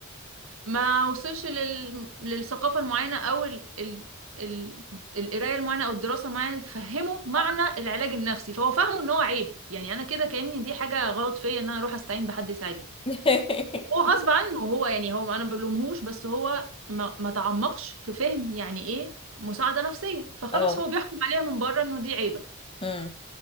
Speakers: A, on the right; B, on the left.
A: ما وصلش لل... للثقافة المعينة أو ال... ال... ال... القراية المعينة أو الدراسة المعينة اللي تفهمه معنى العلاج النفسي فهو فاهمه إن هو عيب يعني أنا كده كأني دي حاجة غلط فيا إن أنا أروح أستعين بحد يساعدني
B: <laughs>
A: هو غصب عنه هو يعني هو أنا ما بلومهوش بس هو ما... ما تعمقش في فهم يعني إيه مساعدة نفسية فخلاص
B: اه
A: هو بيحكم عليها من بره إنه دي عيبة
B: امم